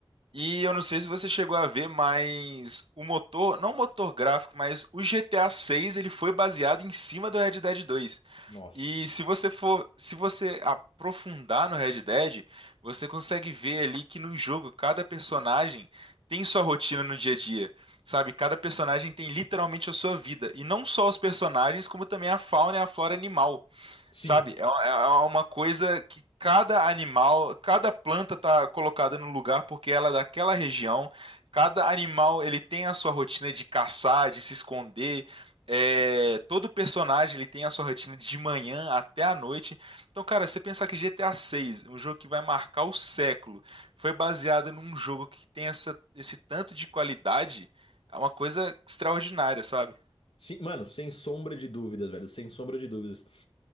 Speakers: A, on the right; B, on the left.
A: E eu não sei se você chegou a ver, mas o motor, não o motor gráfico, mas o GTA 6, ele foi baseado em cima do Red Dead 2.
B: Nossa.
A: E se você for, se você aprofundar no Red Dead, você consegue ver ali que no jogo cada personagem tem sua rotina no dia a dia. Sabe, cada personagem tem literalmente a sua vida, e não só os personagens, como também a fauna e a flora animal.
B: Sim.
A: Sabe? É uma é uma coisa que cada animal, cada planta tá colocada no lugar porque ela é daquela região. Cada animal ele tem a sua rotina de caçar, de se esconder. É, todo personagem ele tem a sua rotina de manhã até a noite. Então, cara, você pensar que GTA VI, um jogo que vai marcar o século, foi baseado num jogo que tem essa, esse tanto de qualidade, é uma coisa extraordinária, sabe?
B: Sim, mano, sem sombra de dúvidas, velho, sem sombra de dúvidas.